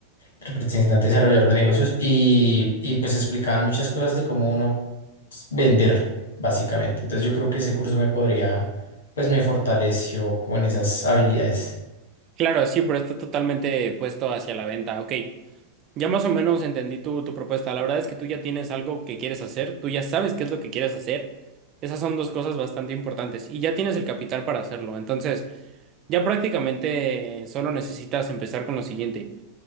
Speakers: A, on the left; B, on the right.
A: representante desarrollador de negocios, y, y pues explicaban muchas cosas de cómo uno pues, vender, básicamente. Entonces yo creo que ese curso me podría, pues me fortaleció como en esas habilidades.
B: Claro, sí, pero está totalmente puesto hacia la venta. Ok, Ya más o menos entendí tu, tu propuesta. La verdad es que tú ya tienes algo que quieres hacer, tú ya sabes qué es lo que quieres hacer. Esas son dos cosas bastante importantes y ya tienes el capital para hacerlo. Entonces, ya prácticamente eh, solo necesitas empezar con lo siguiente.